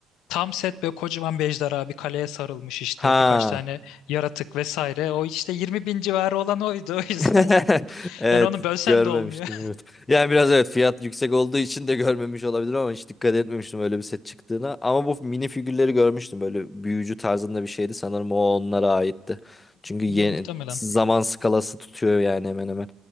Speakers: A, on the left; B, on the left.
A: tam set böyle kocaman bir ejderha bir kaleye sarılmış işte
B: Ha.
A: birkaç tane yaratık vesaire. O işte yirmi bin civarı olan oydu o yüzden.
B: <laughs>
A: <laughs>
B: Evet
A: Yani onu bölsen
B: görmemiştim
A: de olmuyor.
B: evet. Yani biraz evet fiyat yüksek olduğu için de görmemiş olabilir ama hiç dikkat etmemiştim öyle bir set çıktığına. Ama bu mini figürleri görmüştüm böyle büyücü tarzında bir şeydi sanırım o onlara aitti.
A: <laughs>
B: Çünkü yeni,
A: Muhtemelen.
B: zaman skalası tutuyor yani hemen hemen.